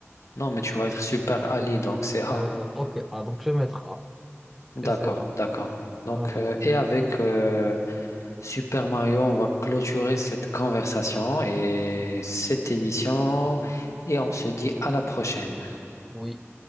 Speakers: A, on the left; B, in the centre.
A: non, mais tu vas être Super Ali, donc c'est A.
B: Euh, ok, ah, donc je vais mettre A.
A: D'accord,
B: Et c'est bon.
A: d'accord. Donc,
B: On est
A: euh,
B: bon.
A: et avec euh, Super Mario, on va clôturer cette conversation et cette émission et on se dit à la prochaine.
B: Oui.